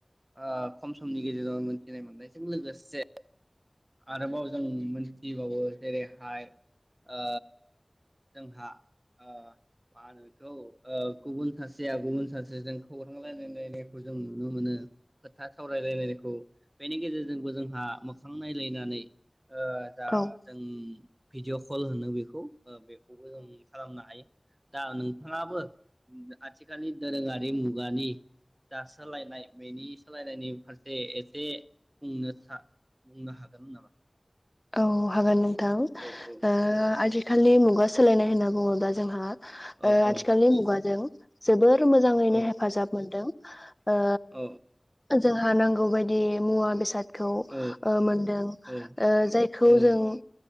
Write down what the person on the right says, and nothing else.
ओ खम समनि गेजेराव मोनथिनाय मोननायजों लोगोसे आरोबाव जों मोन थिबावो जेरैहाय ओ जोंहा ओ मा होनोखौ गुबुन सासेया गुबुन सासेजों खौरां रायलायलायनायखौ जों नुनो मोनो खोथा सावरायलायनायखौ बेनि गेजेरजोंबो जोंहा मोखांनाय ज्लायनानै ओ जा
जों भिडिअ कल होनो बेखौ ओ बेखौबो जों खालामनो हायो दा नोंथाङाबो आथिखालि दोरोङारि मुगानि दासोलायनाय बेनि सोलायनायनि फारसे एसे बुंनो था बुंनो हागो नामा
औ औ
औ
औ
औ
औ
औ
औ नंगौ उम
उम